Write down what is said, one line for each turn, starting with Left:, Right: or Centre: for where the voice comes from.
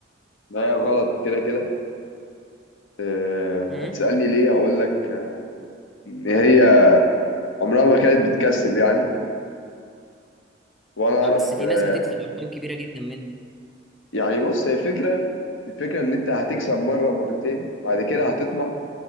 Left: ان هي غلط كده كده آه،
Centre: امم
Left: هتسألني ليه هقول لك آه، ان هي عمرها ما كانت بتكسب يعني وانا
Centre: فبس
Left: اعرف
Centre: في
Left: آه،
Centre: ناس بتكسب ارقام كبيره جدا منها
Left: يعني بص هي فكرة الفكرة ان انت هتكسب مرة مرتين بعد كده هتطمع